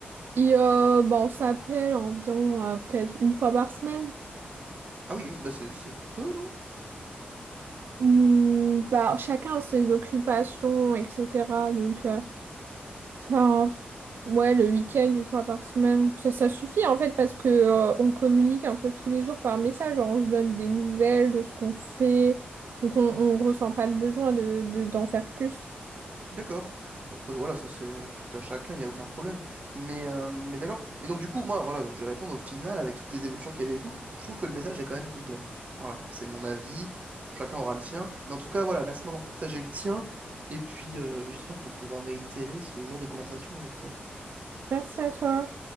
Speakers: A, on the right; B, on the right.
A: Et euh, bah, on s'appelle environ euh, peut-être une fois par semaine.
B: Ah oui, une- bah c'est c'est peu, non?
A: Hmm, bah, chacun a ses occupations, etc. Donc, euh, Enfin, ouais, le week-end, une fois par semaine, ça, ça suffit en fait parce que euh, on communique un peu tous les jours par message, genre on se donne des nouvelles de ce qu'on fait, donc on, on ressent pas le besoin de, de- d'en faire plus.
B: D'accord. Bon, après, voilà, ça c'est euh, tout à chacun, il n'y a aucun problème. Mais, euh, mais d'accord. Mais donc du coup, moi, voilà, donc je vais répondre au final avec toutes les évolutions qu'il y a eu et tout. Je trouve que le message est quand même complet. Voilà, c'est mon avis. Chacun aura le sien. Mais en tout cas, voilà, merci de m'avoir partagé le tien. Et puis, euh, j'espère qu'on pourra réitérer ce genre de conversation avec toi.
A: Merci à toi.